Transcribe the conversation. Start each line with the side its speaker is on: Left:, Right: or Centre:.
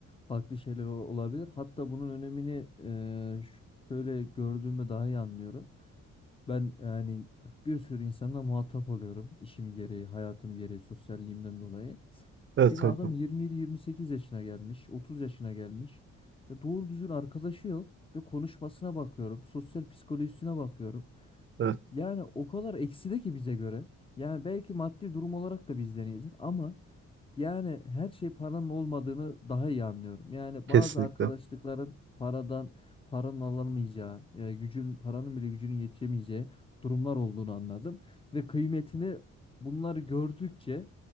Left: farklı şeyler o- olabilir. Hatta bunun önemini e, ş- şöyle gördüğümde daha iyi anlıyorum. Ben yani bir sürü insanla muhatap oluyorum. işim gereği, hayatım gereği, sosyalliğimden dolayı.
Right: Evet
Left: Şimdi
Right: kanka.
Left: adam 27-28 yaşına gelmiş, 30 yaşına gelmiş. Ya doğru düzgün arkadaşı yok ve konuşmasına bakıyorum, sosyal psikolojisine bakıyorum.
Right: Evet.
Left: Yani o kadar ekside ki bize göre. Yani belki maddi durum olarak da bizden iyidir ama yani her şey paranın olmadığını daha iyi anlıyorum. Yani
Right: Kesinlikle.
Left: bazı arkadaşlıkların paradan paranın alınmayacağı, e, gücün paranın bile gücünün yetişemeyeceği durumlar olduğunu anladım ve kıymetini bunları gördükçe